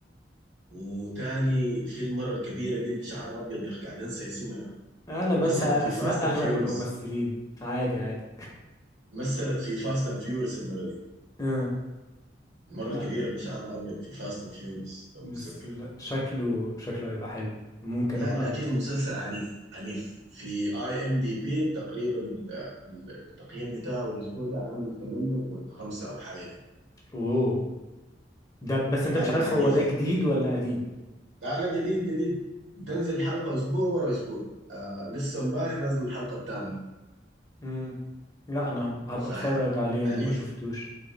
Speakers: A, on the right; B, on the left.
A: وتاني في المرة الكبيرة دي اللي شعرها أبيض يا أخي قاعد أنسى اسمها يا أخي
B: انا بنسى
A: مثلت
B: اسماء
A: في فاست أند
B: اغلب
A: فيورس
B: الممثلين فعادي عادي
A: مثلت في فاست أند فيورس المرة دي
B: آه.
A: المرة
B: <laughs>
A: الكبيرة
B: لا ب-
A: اللي شعرها أبيض في فاست أند فيورس لو
B: بس
A: متذكر
B: لا شكله شكله هيبقى حلو ممكن
A: لا
B: ابقى
A: لكن المسلسل عنيف عنيف في اي ام دي بي تقريبا ال- ال- التقييم بتاعه الاسبوع ده عامل 8.5 او حاجه كده
B: اوه ده بس
A: يا
B: انت
A: معلم
B: مش عارف
A: عنيف
B: هو ده جديد ولا قديم
A: لا لا جديد جديد بتنزل حلقة أسبوع ورا أسبوع آه لسه امبارح نازل الحلقة الثامنة
B: امم لا انا هب- هبقى
A: ف
B: اتفرج عليه
A: عنيف
B: انا ما شفتوش